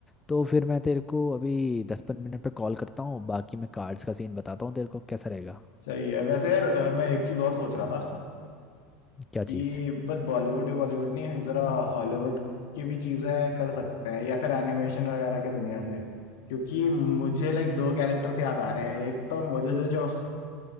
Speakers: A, on the left (about 15°); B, on the left (about 65°).
A: तो फिर मैं तेरे को अभी दस पंद्रह मिनट पे कॉल करता हूँ बाकी मैं कार्ड्स का सीन बताता हूँ तेरे को कैसा रहेगा
B: सही है वैसे यार अ, मैं एक चीज और सोच रहा था
A: क्या
B: कि
A: चीज़
B: बस बॉलीवुड बॉलीवुड नहीं जरा हॉलीवुड की भी चीजें कर सकते हैं या फिर एनिमेशन वगैरह के दुनिया से क्योंकि मुझे लाइक दो कैरेक्टर्स याद आ रहे हैं एक तो मुझे जो जो